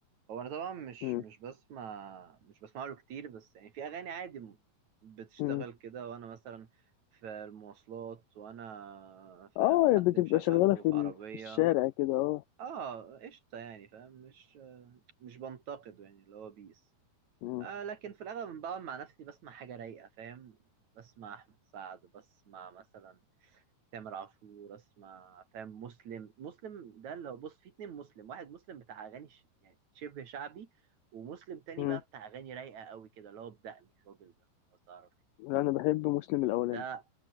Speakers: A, on the right (about 50°); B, on the left (about 80°).
A: هو انا طبعا مش
B: مم.
A: مش بسمع مش بسمع له كتير بس يعني في اغاني عادي م- بتشتغل
B: مم.
A: كده وانا مثلا في المواصلات وانا
B: اه
A: فاهم حد
B: بتبقى
A: مشغله
B: شغاله في
A: في
B: ال-
A: عربية
B: في الشارع كده اه
A: اه قشطة يعني فاهم مش مش بنتقده يعني اللي هو بيس
B: مم.
A: آه لكن في الاغلب بقعد مع نفسي بسمع حاجة رايقة فاهم بسمع احمد سعد بسمع مثلا تامر عاشور اسمع فاهم مسلم مسلم ده اللي هو بص في اتنين مسلم واحد مسلم بتاع اغاني ش... يعني شبه شعبي ومسلم تاني
B: مم.
A: بقى بتاع اغاني رايقه قوي كده اللي هو بدقن الراجل ده لو تعرف
B: لا انا بحب مسلم الاولاني
A: ده